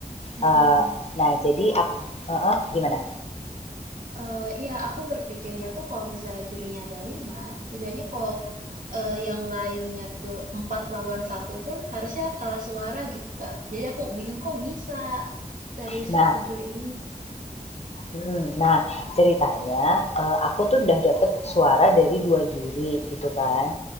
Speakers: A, on the right (about 60°); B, on the left (about 45°).
A: Mhm,
B: Eh, nah jadi
A: tep
B: aku, eh, eh, gimana?
A: Eee, iya, aku berpikirnya tuh kalau misalnya jurinya ada 5, setidaknya kalau, eee, yang lainnya tuh 4 lawan satu pun harusnya kalah suara gitu, Kak. Jadi aku bingung kok bisa dari
B: Nah,
A: satu juri ini
B: mm, nah ceritanya eh, aku tuh udah dapet suara dari dua juri gitu kan.